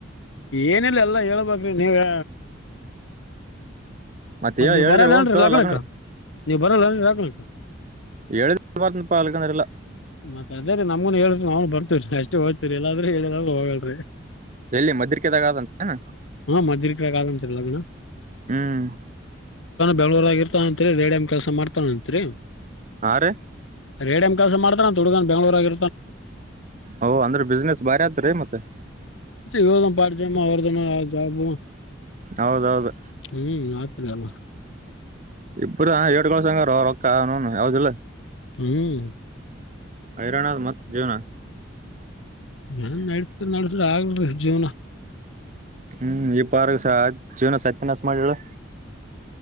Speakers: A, on the left (about 80°); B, on the right (about 40°).
A: ಏನಿಲ್ಲ ಎಲ್ಲ ಹೇಳ್ಬೇಕ್ ನೀವೆ
B: ಮತ್ತೆ
A: ಮತ್ ನೀವ್
B: ಹೇಳಿದ್ರಿ
A: ಬರದೇನ್ರಿ
B: ಓಂ ತೋ
A: ಲಗ್ನಕ್ಕ
B: ಲಗ್ನ
A: ನೀವ್ ಬರದನ್ ಲಕ್ನಕ್ಕ
B: ಹೇಳಿದ ಬರ್ತನಪ್ಪ ಅಲ್ಕಂದ್ರಿಲ್ಲ
A: ಮತ್ತ ಅದೇ ರೀ ನಮ್ಗೂನು ಹೇಳ ನಾವನು ಬರ್ ರಿ ಅಷ್ಟೇ ಹೋಗ್ತತಿರಿ ಏಲ್ಲಾದ್ರೂ ಹೇಳ್ದಾಗ ಹೋಗಲ್ರ.
B: ಎಲ್ಲಿ ಮದರಿ ಕೆದಾಗಾದಂತನ
A: ಹಾ ಮದ್ರಿಕಾಗ ಆಗಂತ್ರಿ ಲಗ್ನ
B: ಹ್ಮ್
A: ಬೆಂಗಳೂರು ಅಲ್ಲೇ ಇರ್ತಾನಅತ್ರಿ ರೇಡಮ್ ಕೆಸ ಮಾಡತಾನಂತ್ರಿ
B: ಹಾ ರೀ
A: ರೇಡಮ ಕೆಲ್ಸ ಮಾಡ್ತ ತುಡು ಹಂತ ಬೆಂಗಳೂರು ಆಗೆ
B: ಓ ಅಂದ್ರೆ ಬಿಸ್ನೆಸ್ ಬಾರಿ ಆದತ್್ರೀ ಮತ್ತೆ
A: ಇ ಪಡಜಮ್ಮ ಅವ ದ ಆಬ
B: ಹೌದೌದು
A: ಹ್ಮ್ ಆತ್ರಿ ಅಲ್ಲ
B: ಇಬ್ಬರು ಏಡ್ ಗಳು ಸಂಗಾರ ಅವ ರೊಕ್ಕನು ಯಾವ್ದಿಲ್ಲ
A: ಹ್ಮ್
B: ಹೈರಾಣದ ಮತ್ತತ್ ಜೇವನ
A: ನ್ ನಡಸ ನಡ್ಸ್ರ ಅಗಲ ರಿ ಜೀವನ
B: ಹ್ಮ್ ಈ ಪಾರ್ಕ್ಸ ಜೀವನಸ ಸತ್ಯನ್ಾಸ ಮಾಡಿದರು